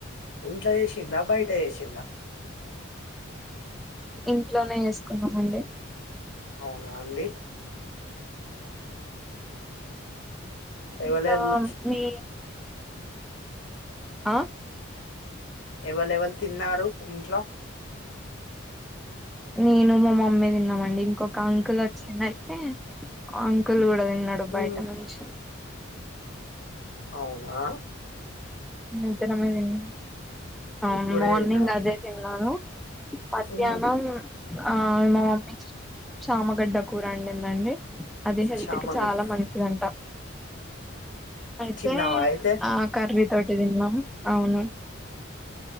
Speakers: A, on the left; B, in the centre.
A: ఇంట్లో చేశిందా బైట చేశిందా?
B: ఇంట్లోనే వేసుకున్నామండి
A: అవునా అండి
B: ఇంకా
A: ఎవలెవల్
B: మీ హ
A: ఎవల ఎవల్ తిన్నారు ఇంట్లో
B: నేను మా మమ్మీ తినం అండి ఇంకొక అంకుల్ వచ్చిండు ఐతే అంకుల్ కూడా తిన్నాడు బయట
A: ఉమ్.
B: నుంచి
A: అవునా
B: మేం ఇద్దరమే తిన్నాము
A: ముగ్గురే
B: మార్నింగ్
A: తిన్నారు
B: అదే తినాను మధ్యాహ్నం
A: ఉమ్.
B: ఆ మా మమ్మీ చామ గడ్డ కూర వండింది అండి అది హెల్త్
A: చామగిల్
B: కి చాలా మంచిదంట అయితే
A: తిన్నావా అయితే
B: ఆ కర్రీ బైట్ తినం అవును